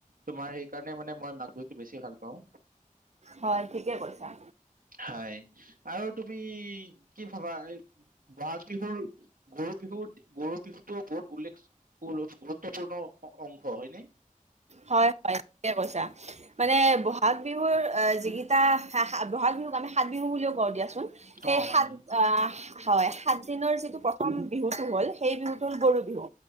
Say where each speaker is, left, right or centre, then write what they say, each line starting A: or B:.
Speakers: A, on the right; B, on the right.
A: তোমাৰ সেইকাৰণে মানে মা বিহুতটো বেছি ভাল। কওঁ
B: হয় ঠিকে কৈছা
A: হয়। আৰু তুমি দ কি ভাবা এই বহাগ বিহুৰ গৰু বিহুৰ গৰু বিহুতটোও বহুত উল্লেখ গুৰুত্বপূৰ্ণ অংশ। হয় নে?
B: হয় হয় থিকে কৈছা মানে বহাগ বিহুৰ যিকেইটা বহাগ বিহুক আমি সাত বিহু বুলিও কওঁ দিয়াচোন। সেই
A: অ হয়
B: সাত
A: হয়
B: আহ । হয় সাত দিনৰ যিটো প্ৰথম বিহুতটো হ'ল সেই বিহুতটো হ'ল গৰু বিহু,